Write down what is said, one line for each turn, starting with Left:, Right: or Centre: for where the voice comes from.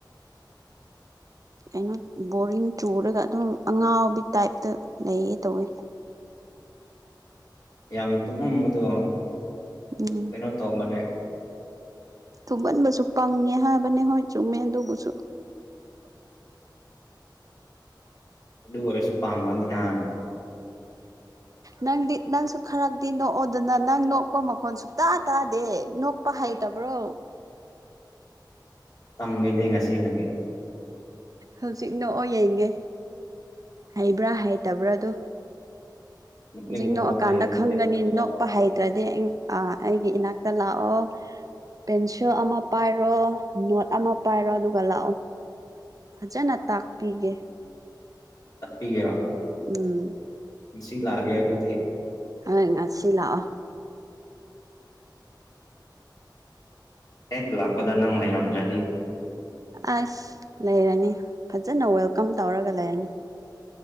Right: ꯀꯩꯅꯣ ꯕꯣꯔꯤꯡ ꯆꯨꯔꯒ ꯑꯗꯨꯝ ꯑꯉꯥꯎꯕꯤ ꯇꯥꯏꯞꯇ ꯂꯩꯌꯦ ꯇꯧꯋꯤ
Left: ꯌꯥꯝ ꯇꯨꯝꯃꯝꯕꯗꯣ
Right: ꯎꯝ
Left: ꯀꯩꯅꯣ ꯇꯧꯕꯅꯦ
Right: ꯊꯨꯝꯃꯟꯕꯁꯨ ꯄꯪꯉꯦ ꯍꯥꯏꯕꯅꯦ ꯍꯣꯏ ꯆꯨꯝꯃꯦ ꯑꯗꯨꯕꯨꯁꯨ
Left: ꯑꯗꯨ ꯑꯣꯏꯔꯁꯨ ꯄꯥꯝꯕꯅꯤ ꯍꯥ
Right: ꯅꯪꯗꯤ ꯅꯪꯁꯨ ꯈꯔꯗꯤ ꯅꯣꯛꯑꯣꯗꯅ ꯅꯪ ꯅꯣꯛꯄ ꯃꯈꯣꯟ ꯁꯨꯛꯇ ꯇꯥꯗꯦ ꯅꯣꯛ ꯄ ꯍꯩꯇꯕ꯭ꯔꯣ
Left: ꯇꯝꯃꯤꯅꯦ ꯉꯁꯤꯗꯒꯤ
Right: ꯍꯧꯖꯤꯛ ꯅꯣꯛꯑꯣ ꯌꯦꯡꯒꯦ ꯍꯩꯕ꯭ꯔꯥ ꯍꯩꯇꯕ꯭ꯔꯥ ꯑꯗꯨ
Left: ꯅꯣꯛꯅꯤꯡꯕ
Right: ꯍꯧꯖꯤꯛ ꯅꯣꯛꯑꯀꯥꯟꯗ
Left: ꯋꯥ ꯍꯥꯏꯌꯣ ꯑꯗꯨꯗꯤ
Right: ꯈꯪꯒꯅꯤ
Left: ꯐꯖꯅ
Right: ꯅꯣꯛꯄ
Left: ꯅꯣꯛꯀꯦ
Right: ꯍꯩꯇ꯭ꯔꯗꯤ ꯑꯥ ꯑꯩꯒꯤ ꯏꯅꯥꯛꯇ ꯂꯥꯛꯑꯣ ꯄꯦꯟꯁꯤꯜ ꯑꯃ ꯄꯥꯏꯔꯣ ꯅꯣꯠ ꯑꯃ ꯄꯥꯏꯔꯣ ꯑꯗꯨꯒ ꯂꯥꯛꯑꯣ ꯐꯖꯅ ꯇꯥꯛꯄꯤꯒꯦ
Left: ꯇꯥꯛꯄꯤꯒꯦꯔꯣ
Right: ꯎꯝ
Left: ꯉꯁꯤ ꯂꯥꯛꯑꯒꯦ ꯑꯗꯨꯗꯤ
Right: ꯍꯣꯏ ꯉꯁꯤ ꯂꯥꯛꯑꯣ
Left: ꯍꯦꯛ ꯂꯥꯛꯄꯗ ꯅꯪ ꯂꯩꯔꯝꯗ꯭ꯔꯗꯤ
Right: ꯑꯁ ꯂꯩꯔꯅꯤ ꯐꯖꯅ ꯋꯦꯜꯀꯝ ꯇꯧꯔꯒ ꯂꯩꯔꯅꯤ